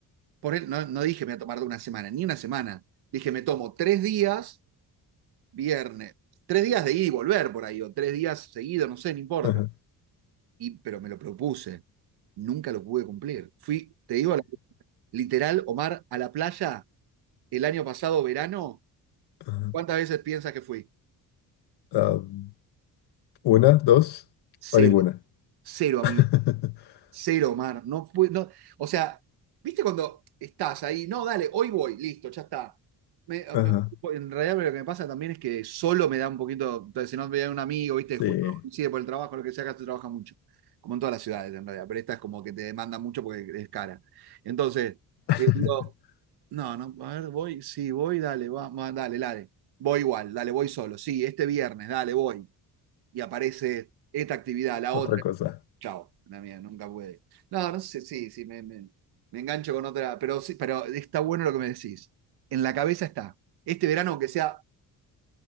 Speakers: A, on the right; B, on the left.
A: Por él, no, no dije me voy a tomar de una semana, ni una semana. Dije, me tomo tres días, viernes, tres días de ir y volver por ahí, o tres días seguidos, no sé, no importa.
B: Ajá,
A: Y, pero me lo propuse. Nunca lo pude cumplir. Fui, te digo, literal, Omar, a la playa el año pasado, verano,
B: ajá.
A: ¿cuántas veces piensas que fui?
B: Am, una, dos
A: Cero.
B: o ninguna.
A: Cero, amigo.
B: <laughs>
A: Cero, Omar. No, fui- no, o sea, ¿viste cuando estás ahí? No, dale, hoy voy, listo, ya está. Me- ah,
B: Ajá.
A: me- en realidad lo que me pasa también es que solo me da un poquito, entonces si no me da un amigo, viste,
B: Sí.
A: justo coincide por el trabajo, lo que sea, acá se trabaja mucho, como en todas las ciudades en realidad, pero esta es como que te demanda mucho porque es cara. Entonces,
B: <laughs>
A: eh, digo, No, no, a ver, voy, sí, voy, dale, va, va, dale, dale. Voy igual, dale, voy solo. Sí, este viernes, dale, voy. Y aparece esta actividad, la
B: Otra
A: otra.
B: cosa.
A: Chao, la mía, nunca puede. No, no sé, sí, sí, me, me- me engancho con otra, pero sí, pero está bueno lo que me decís. En la cabeza está. Este verano, aunque sea,